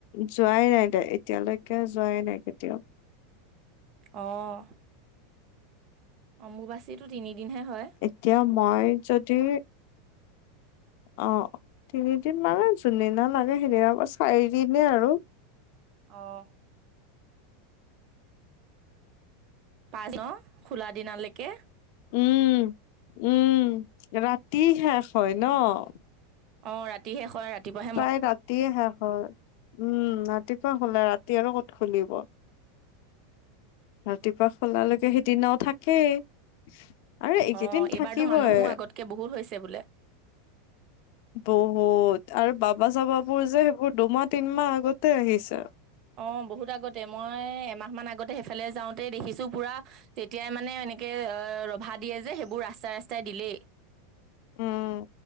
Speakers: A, on the left; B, on the right.
A: যোৱাই নাই দে। এতিয়ালৈকে যোৱাই নাই কেতিয়াও।
B: অঁ। অম্বুবাচীটো তিনিদিনহে হয়।
A: এতিয়া মই যদি অঁ' তিনিদিন মানে যোনদিনা নাযায় সেইদিনা পৰা চাৰিদিনে আৰু।
B: অঁ। <unintelligible> খোলা দিনালৈকে।
A: উমঁ উমঁ' ৰাতি শেষ হয় ন'?
B: অঁ' ৰাতি শেষ হয় ৰাতিপুৱা
A: প্ৰায় ৰাতিয়ে শেষ হয়। উমঁ' ৰাতিপুৱা হ'লে ৰাতি আৰু ক'ত খুলিব। ৰাতিপুৱা খুলালৈকে সিদিনাও থাকেই। আৰু এইকেইদিন
B: অ
A: থাকিবই
B: এইবাৰতো মানুহো আগতকে বহুত হৈছে বোলে
A: বহুত আৰু বাবা চাবাবোৰ যে সেইবোৰ দুমাহ তিনমাহ আগতে আহিছে আৰু
B: অ বহুত আগতে মই এমাহ মান আগতে সেইফালে যাওঁতেই দেখিছো পুৰা তেতিয়াই মানে এনেকে অ ৰভা দিয়ে যে সেইবোৰ ৰাস্তাই ৰাস্তাই দিলেই
A: উম